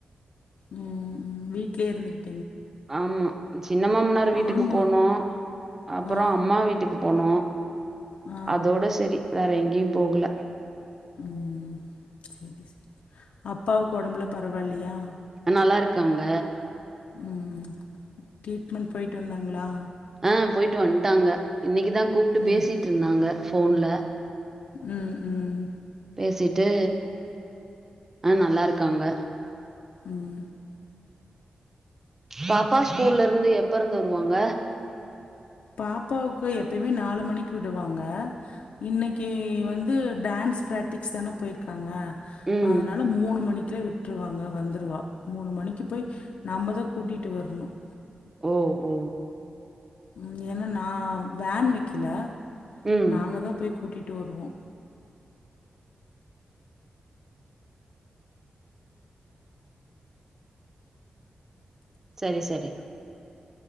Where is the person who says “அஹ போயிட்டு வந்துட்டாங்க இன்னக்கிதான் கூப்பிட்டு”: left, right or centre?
Right